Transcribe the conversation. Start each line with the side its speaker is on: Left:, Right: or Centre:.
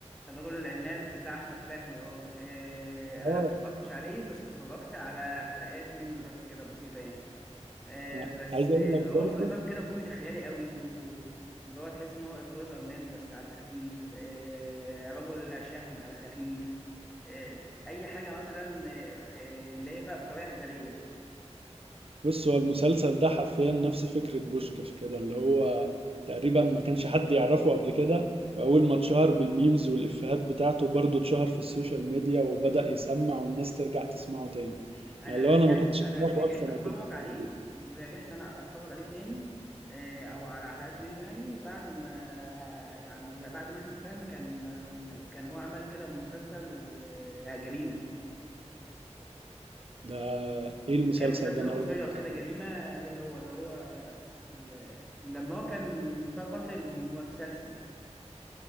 Centre: الرجل العناب بتاع احمد فهمي اه آه،
Right: اه
Centre: انا ما اتفرجتش عليه بس اتفرجت على حلقات منه بس كده بسيطه يعني آه،
Right: أنا
Centre: بس
Right: عايز أقول
Centre: اللي
Right: لك
Centre: هو
Right: برضو
Centre: في اطار كده كوميدي خيالي قوي واللي هو تحس ان هو سبايدر مان بس على خفيف آه، رجل شهم على خفيف آه، اي حاجه مثلا آه، آه، اللي هي بقى بطريقه هزليه
Right: بص هو المسلسل ده حرفيا نفس فكرة بوشكاش كده اللي هو تقريبا ما كانش حد يعرفه قبل كده وأول ما اتشهر بالميمز والإفيهات بتاعته برضه اتشهر في السوشيال ميديا وبدأ يسمع والناس ترجع تسمعه تاني
Centre: انا
Right: يعني اللي
Centre: رجعت
Right: هو أنا ما كنتش
Centre: انا
Right: أعرفه
Centre: رجعت
Right: أصلا
Centre: اتفرج
Right: قبل الإفيهات
Centre: عليه
Right: دي
Centre: رجعت انا اتفرج عليه تاني آه، او على حلقات منه يعني بعد ما يعني بعد ما احمد فهمي كان كان هو عمل كده مسلسل آه، جريمه
Right: ده إيه المسلسل
Centre: كان مسلسل
Right: ده أنا أول
Centre: قصير
Right: مرة أسمعه.
Centre: كده جريمة ليه هو اللي هو ال- لما هو كان بقى قاتل متسلسل